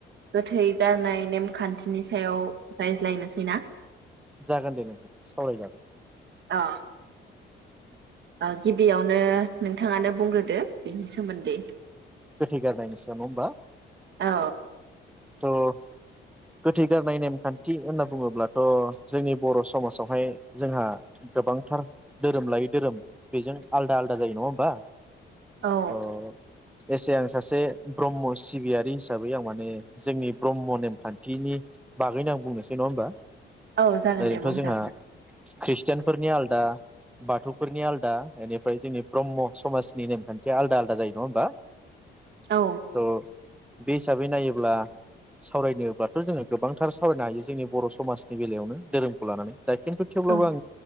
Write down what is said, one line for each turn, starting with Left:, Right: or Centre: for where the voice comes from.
Right: गोथै गारनाय नेमखान्थिनि सायाव रायज्लायनोसै ना
Centre: जागोन दे नोंथां सावरायजागोन
Right: आ ओ गिबियावनो नोंथाङानो बुंग्रोदो बेनि सोमोन्दै
Centre: गोथै गारनायनि सायाव नङा हमबा
Right: औ
Centre: थ'। गोथै गारनाय नेमखान्थि होनना बुङोब्लाथ जोंनि बर समाजावहाय जोंहा गोबांथार धोरोम लायै धोरोम बेजों आलदा आलदा जायो नङा होमबा
Right: औ
Centre: अ एसे आं सासे ब्रह्म सिबियारि हिसाबै आं माने जोंनि ब्रह्म नेमखान्थिनि बागैनो आं बुंनोसै नङा होमबा
Right: औ जागोन
Centre: ओरैनोथ
Right: दे बुंजागोन
Centre: जोंहा ख्रिस्टियानफोरनि आलदा बाथौफोरनिया आलदा एनिफ्राय जोंनि ब्रह्म समाजनि नेमखान्थिया आलदा आलदा जायो नङा होमबा
Right: औ
Centre: थ' बे हिसाबै नायोब्ला सावरायनोबाथ जोङो गोबांथार सावरायनो हायो जोंनि बर समाजनि बेलायावनो धोरोमखौ लानानै दा खिन्थु थेवब्लाबो
Right: औ
Centre: आं